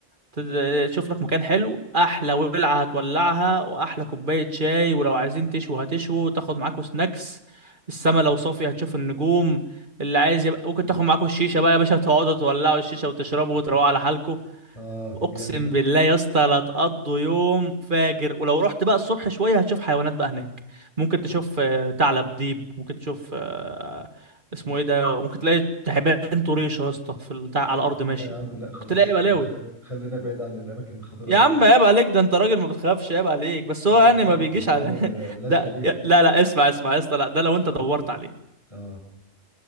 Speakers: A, on the right; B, on the left.
A: تد- تشوف لك مكان حلو احلى ولعه هتولعها واحلى كوبايه شاي ولو عايزين تشوا هتشوا وتاخد معاكوا سناكس السما لو صافيه هتشوف النجوم اللي عايز يبقى ممكن تاخد معاكوا الشيشه بقى يا باشا تقعدوا تولعوا الشيشه وتشربوا وتروقوا على حالكوا
B: اه
A: اقسم
B: جامد ده
A: بالله يا اسطى لا تقضوا يوم فاجر ولو رحت بقى الصبح شويه هتشوف حيوانات بقى هناك ممكن تشوف آه، ثعلب ديب ممكن تشوف آه، اسمه ايه ده ممكن تلاقي تعبان طريشه يا اسطى في التع- على الارض ماشي
B: لا يا عم لا خلاص
A: ممكن تلاقي بلاوي
B: خ- خلينا بعيد عن الاماكن الخطيره
A: يا
B: دي
A: عم عيب عليك ده انت راجل ما بتخافش عيب عليك بس هو
B: يا
A: يعني ما
B: عم
A: بيجيش
B: الحاجات
A: على
B: دي مل-
A: <laughs>
B: ملهاش
A: ده
B: كبير
A: لا لا اسمع اسمع يا اسطى لا ده لو انت دورت عليه
B: اه